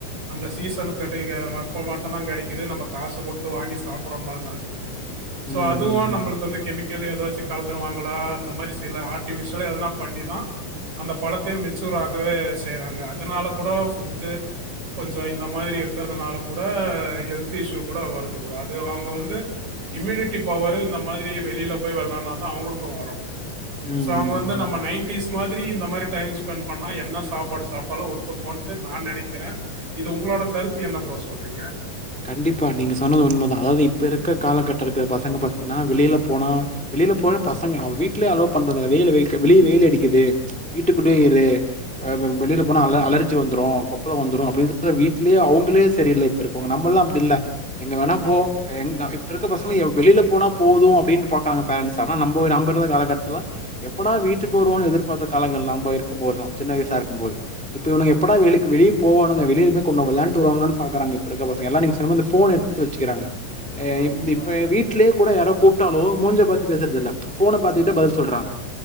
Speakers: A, on the right (about 50°); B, in the centre.
A: அந்த சீசனுகு எட்டேக்க மாத் போ மாட்டதா கெடைகுது நம காசு குடுத்து வாங்கி சாபிற மாரிதா இருகுது
B: ம்
A: சோ அதுவா
B: ம்
A: நமளுக்கு வந்து கெமிக க்கிலி எதாச்சி கலந்துருவாங்களா அந்த மாரி சில ஆர்டிபிஷ்யலா எதனா பண்ணி தா அந்த பலத்தையே மெச்சூர் ஆகவே செய்றாங்க அதனால கூட ஃபுட்டு கொஞ்ஜோ இந்த மாரி இருக்கிறதுனால கூட ஹெல்த் இஷ்யூ கூட வருது ப்ரோ அது அவுங்க வந்து இம்யூனிட்டி பவரு இந்த மாதிரி வெளியில போய் வெளானாதா அவுங்களுக்கு வரு
B: ம் ம்
A: சோ அவுங்க
B: ம்
A: வந்து
B: ம்.
A: நம்ம நைன்ட்டீஸ் மாதிரி இந்த மாரி டைம் ஸ்பெண்ட் பண்ணா என்ன சாப்பாடு சாப்ட்டாலு ஒத்துக்கோன்ட்டு நா நெனைக்கிறே இது உங்களோட கருத்து என்ன ப்ரோ சொ சொல்றீங்க
B: கண்டிப்பா நீங்க சொன்னது உண்ம தா அதாவது இப்ப இருக்க காலகட்ட இருக்ற பசங்க பாத்தீங்கன்னா வெளியில போனா வெளியில போற பசங்க அவ வீட்லே அலோ பண்ற வெயில் வெளிய வெயில் அடிக்குது வீட்டுக்குடே
A: ஆமாம்
B: இரு
A: ப்ரோ
B: ஆ ப ம் வெளியில போனா அல அலர்ஜி வந்துரு கொப்பளோ வந்துரு அப்பிடி சொல்லி வீட்லே அவுங்களே சரியில்ல இப்போ இருக் கோங்க நம்பலெல்லா அப்பிடி இல்ல எங்க வேணா போ
A: ஆமாம் ப்ரோ
B: எங் இப்ப இருக்க பசங்க வெளியில போ போனா போது அப்பிடின்ட்டு பாக்றாங்க பேரண்ட்ஸ் ஆனா நம்ம நம்ம இருந்த காலகட்டத்துல எப்படா வீட்டுக்கு
A: ஆமாம்
B: வருவோனு எதிர்பாத்து காலங்கள் நம்ப இருக்கு போதுதா சின்ன வயசா இருக்கு போது
A: ஆமாம்
B: இப்ப இவனுங்க எப்படா வெலுக்கு வெளிய போவானுங்க வெளியிருந்து கொண்ட விளாண்ட்டு வருவானுங்களானு பாக்றாங்க இப்ப இருக்க பசங்க எல்லா நீங்க சொன்ன மாரி இந்த ஃபோன் எடுத்து வெச்சிக்கிறானுங்க ஏ
A: ஆமாம் ப்ரோ
B: இப்ப
A: ஆமாம்
B: வீட்லே கூட யாரோ கூப் ட்டாலோ மூஞ்ச பாத்து பேசறதில்ல ஃபோன பாத்துகிட்டே பதில் சொல்றாங்க